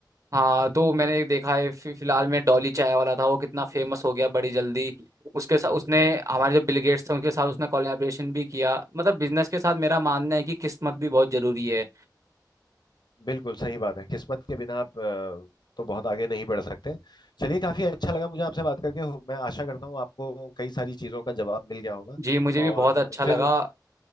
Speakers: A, on the right; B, on the left.
A: हाँ तो मैंने एक देखा है फि- फिलहाल में डॉली चाय वाला था वो कितना फेमस हो गया बड़ी जल्दी उसके साथ उसने हमारे जो बिल गेट्स थे उनके साथ उसने कोलैबोरेशन भी किया मतलब बिजनेस के साथ मेरा मानना है कि किस्मत भी बहुत जरूरी है
B: बिल्कुल सही बात है किस्मत के बिना आप अ, तो बहुत आगे नहीं बढ़ सकते चलिए काफी अच्छा लगा मुझे आपसे बात करके मैं आशा करता हूँ आपको कई सारी चीजों का जवाब मिल गया होगा
A: जी मुझे भी
B: और
A: बहुत अच्छा लगा
B: फिर